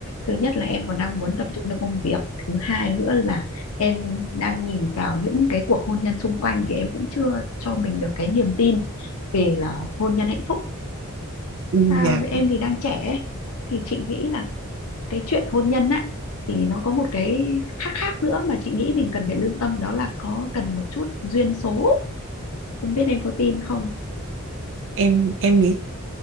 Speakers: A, on the left (about 75°); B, on the right (about 60°).
A: thứ nhất là em còn đang muốn tập trung cho công việc thứ hai nữa là em đang nhìn vào những cái cuộc hôn nhân xung quanh thì em cũng chưa cho mình được cái niềm tin về là hôn nhân hạnh phúc
B: Ừ,
A: à,
B: dạ
A: em thì đang trẻ ấy. thì chị nghĩ là cái chuyện hôn nhân á thì nó có một cái khác khác nữa mà chị nghĩ mình cần phải lưu tâm đó là có cần một chút duyên số không biết em có tin không
B: em em nghĩ